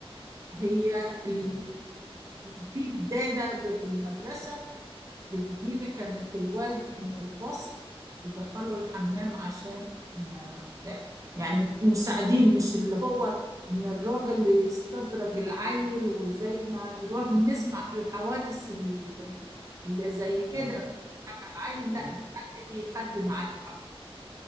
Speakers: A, on the right (about 30°); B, on the right (about 65°).
A: هي ال-
B: آه
A: في الدادة في المدرسة بتجيب كانت الواد من الفصل تدخله الحمام عشان ن- بتاع يعني مساعدين مش اللي هو ان الراجل يستدرج العيل وزي ما الو- بنسمع في الحوادث ال- اللي زي كده
B: آه
A: بيضحك على العيل
B: آه
A: لا ده حد بيخدم
B: آه
A: عليه